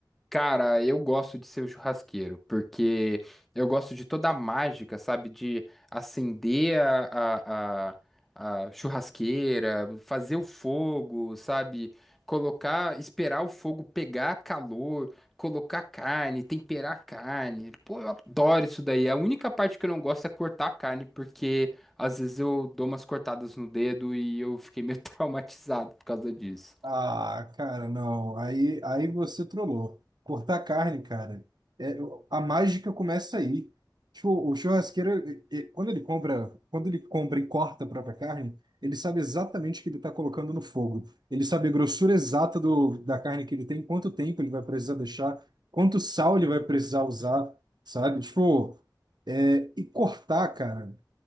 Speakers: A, in the centre; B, on the right.
A: Cara, eu gosto de ser o churrasqueiro, porque eu gosto de toda a mágica, sabe? De acender a, a, a- a churrasqueira, fazer o fogo, sabe? Colocar, esperar o fogo pegar calor, colocar carne, temperar a carne. Pô, eu adoro isso daí. A única parte que eu não gosto é cortar a carne, porque às vezes eu dou umas cortadas no dedo e eu fiquei meio <laughs> traumatizado por causa disso.
B: Ah, cara, não. Aí, aí você trollou. Cortar carne, cara, é- eu- a mágica começa aí. Tipo, o churrasqueiro, e- e- quando ele compra, quando ele compra e corta a própria carne, ele sabe exatamente o que ele está colocando no fogo. Ele sabe a grossura exata do, da carne que ele tem, quanto tempo ele vai precisar deixar, quanto sal ele vai precisar usar, sabe? Tipo, é, e cortar, cara.